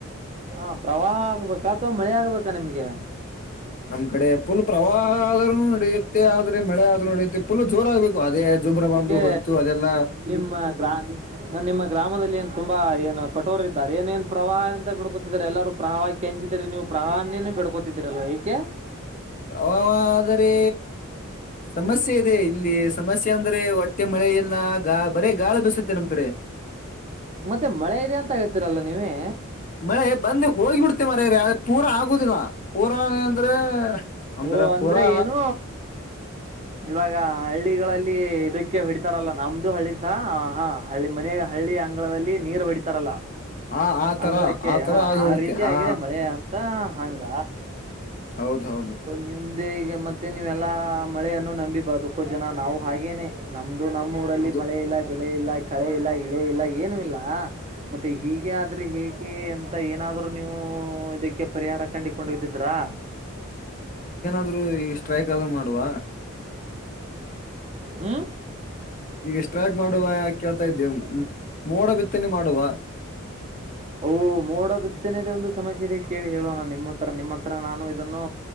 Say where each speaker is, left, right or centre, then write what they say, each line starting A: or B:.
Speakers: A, on the right (about 35°); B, on the left (about 40°).
A: ಹ ಪ್ರವಾಹ ಆಗ್ಬೇಕಾ ಅಥವಾ ಮಳೆ ಆಗ್ಬೇಕಾ ನಿಮ್ಗೆ
B: ನಮ್ ಕಡೆ ಫುಲ್ ಪ್ರವಾಹ ಆದ್ರೂ ನಡೆಯುತ್ತೆ ಆದ್ರೆ ಮಳೆ ಆದ್ರೂ ನಡೆಯುತ್ತೆ ಪುಲ್ ಜೋರ ಆಗ್ಬೇಕು ಅದೇ ಜೊಬ್ರ
A: ಯಾಕೆ
B: ಬಂದು ಹೋಯ್ತು ಅದೆಲ್ಲಾ
A: ನಿಮ್ಮ ಗ್ರಾ ನಿಮ್ಮ ಗ್ರಾಮದಲ್ಲಿ ಏನ್ ತುಂಬಾ ಏನು ಕಟೋರ ಇದಿದ್ದಾರೆ ಏನೇನ್ ಪ್ರವಾಹ ಅಂತ ಬಿಡ್ಕೊತಿದ್ದಾರೆ ಎಲ್ಲರೂ ಪ್ರವಾಹಕ್ಕೆ ಹೆಂಚಿದೀರಿ ನೀವು ಪ್ರವಾಹೇನೆ ಬಿಡ್ಕೊತಿದ್ದೀರಿಲ್ವಾ ಕೆ
B: ಪ್ರವಾಹ ಆದರೆ ಸಮಸ್ಯೆ ಇದೆ ಇಲ್ಲಿ ಸಮಸ್ಯೆ ಅಂದ್ರೆ ಒಟ್ಟ ಮತ್ತೆ ಮಳೆ ಎಲ್ಲ ಗಾ ಬರೇ ಗಾಳ ಬಸುತ್ತೆ ನಮ್ ಕಡೆ
A: ಮತ್ತೆ ಮಳೆ ಇದೆ ಅಂತ ಆಗತ್ತೀರಲ್ಲ ನೀವೇ
B: ಮೆ ಬಂದ ಹೋಗಿ ಬಿಡ್ತೆೇ ಮರ ರೀ ಅ ಪೂರಾ ಆಗುದಿಲ್ಲ ಪೂರಾ ಅಂದ್ರೆ ಅಂದ್ರ
A: ಓ ಅಂದ್ರೆ
B: ಪೂರಾ
A: ಏನು ಇವಾಗ ಹಳ್ಳಿಗಳಲ್ಲಿ ಇದಕ್ಕೆ ಹಡ್ತಾರಲ್ಲ ನಮ್ದು ಹಳ್ಳಿ ಸ ಹಾ ಹಳ್ಳಿ ಮನಾಗ ಹಳ್ಳಿ ಹಳ್ಳಿ ಅಂಗಳದಲ್ಲಿ ನೀರು ಹೊಡಿತಾರಲ್ಲ
B: ಆ ಆತರ
A: ಅಂಗ್ಗಳಕ್ಕೆ
B: ಆತರ
A: ಹ
B: ಆಗ
A: ಆ
B: ಹೋಗುತ್ತೆ
A: ರೀತಿ
B: ಹಾ
A: ಆಗಿದೆ ಮಳೆ ಅಂತ ಹಂಗ
B: ಹೌದ ಹೌದು
A: ನಿಮ್ದೇ ಈಗ ಮತ್ತೆ ನೀವೆಲ್ಲಾ ಮಳೆಯನ್ನು ನಂಬಿ ಬದುಕ್ಕು ಜನ ನಾವು ಹಾಗೇನೆ ನಮ್ದ ಅದು ನಮ್ಮ ಊರಲ್ಲಿ
B: ಅದು
A: ಮಳೆ ಇಲ್ಲ ಬೆಳೆ ಇಲ್ಲ ಕಳೆ ಇಲ್ಲ ಇಳೆ ಇಲ್ಲ ಏನು ಇಲ್ಲ ಮತ್ತೆ ಹೀಗೆ ಆದ್ರೆ ಹೇಗೆ ಎಂತ ಏನಾದ್ರರು ನೀವು ಇದಕ್ಕೆ ಪರಿಹಾರ ಕಂಡುಕೊಂಡೋಗದಿದ್ರಾ
B: ಆದ್ರೂ ಈಗ ಸ್ಟ್ರೈಕ್ ಆದೂ ಮಾಡುವ
A: ಹ್ಮ
B: ಈಗ ಸ್ಟ್ರೈಕ್ ಮಾಡುವ ಯಾ ಕೇಳ್ತಾ ಇದ್ದೇ ಮೋಡ ಬಿತ್ತನೆ ಮಾಡುವ
A: ಓ ಮೋಡ ಬಿತ್ತನೆದೇ ಒಂದು ಸಮಸ್ಯೆ ಇದೆ ಕೇಳಿ ಹೇಳೋಣ ನಿಮ್ಮತ್ ರ ನಿಮ್ಮ ಹತ್ರ ನಾನು ಇದನ್ನು